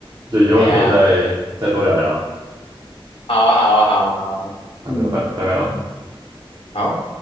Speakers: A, on the right; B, on the left.
A: 就以后可以再再多聊聊啊
B: 哎呀、好啊，好啊，好啊，好啊，
A: 那就拜拜拜喽。
B: 嗯，嗯好。